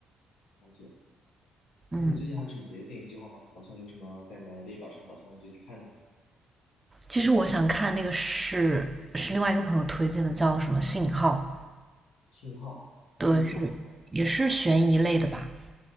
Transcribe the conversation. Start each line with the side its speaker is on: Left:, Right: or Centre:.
Left: 了解。
Right: 嗯，
Left: 那你最近还有什么别的电影计划吗？打算有什么在你的列表上打算最近看的呢？
Right: 其实我想看那个是是另外一个朋友推荐的，叫什么《信号》。
Left: 信号是说什么
Right: 对，是也是悬疑类的吧？